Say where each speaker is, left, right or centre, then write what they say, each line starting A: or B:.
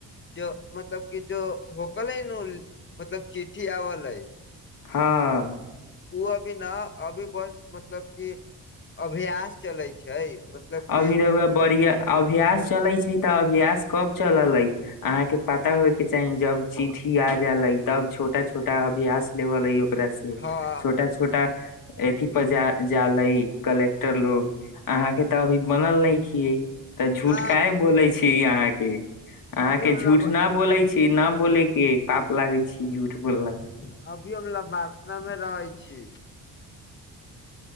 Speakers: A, on the left; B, on the left.
A: ज मतलब की जो होकल हय न मतलब चिठ्ठीआबले है
B: हँ
A: ओ अभी न अभी बस मतलब क अभ्यास चलै छै मतलब
B: अभी
A: कि
B: रहा बड़िया अभ अभ्यास चले छै तऽ अभ्यास कब चलल अहाँ के पता होय के चाही जब चिठ्ठी आ जाले तब छोटा छोटा अभ्यास लेवल रसी
A: हँ
B: छोटा छोटा अयी पर जाले कलेक्टर लोग अहाँ तऽ अभी बनल ने छीिये तऽ झूठ
A: न
B: काय बोले छी अहा के अहां
A: अभी
B: के झूठ न बोले छी न बोलेके पाप लागे छी झूठ बोलला से
A: अभी हम लब्बासना मे रहै छी